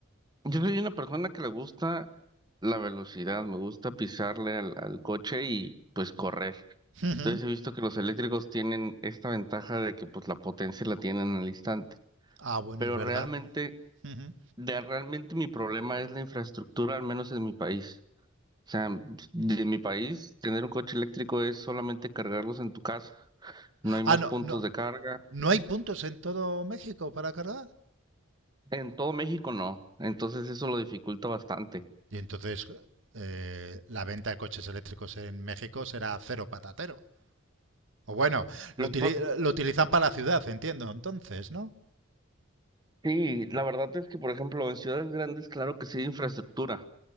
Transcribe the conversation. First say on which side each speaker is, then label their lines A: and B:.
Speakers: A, on the right; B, on the right.
A: Yo soy una persona que le gusta la velocidad, me gusta pisarle al, al coche y pues correr.
B: Ujú.
A: Entonces he visto que los eléctricos tienen esta ventaja de que pues la potencia la tienen al instante.
B: Ah, bueno,
A: Pero
B: es verdad.
A: realmente
B: Ujú.
A: De realmente mi problema es la infraestructura, al menos en mi país. O sea, de mi país, tener un coche eléctrico es solamente cargarlos en tu casa. No hay más
B: Ah, no,
A: puntos
B: no,
A: de carga.
B: ¿no hay puntos en todo México para cargar?
A: En todo México no. Entonces eso lo dificulta bastante.
B: Y entonces eh, la venta de coches eléctricos en México será cero patatero. O bueno, lo,
A: Lo
B: utili-
A: que pa-
B: lo utilizan para la ciudad, entiendo, entonces, ¿no?
A: Sí, la verdad es que, por ejemplo, en ciudades grandes, claro que sí hay infraestructura.